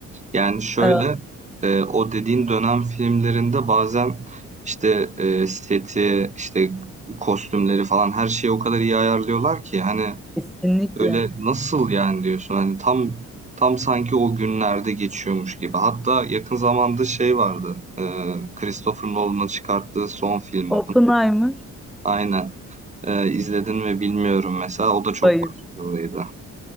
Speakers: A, on the right (about 25°); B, in the centre.
A: Yani şöyle
B: Ee,
A: e, o dediğin dönem filmlerinde bazen işte e, seti işte kostümleri falan her şeyi o kadar iyi ayarlıyorlar ki hani
B: kesinlikle.
A: öyle nasıl yani diyorsun hani tam tam sanki o günlerde geçiyormuş gibi. Hatta yakın zamanda şey vardı e, Christopher Nolan'ın çıkarttığı son film
B: Oppenheimer.
A: Aynen. Ee, izledin mi bilmiyorum mesela. O da çok
B: Hayır.
A: başarılıydı.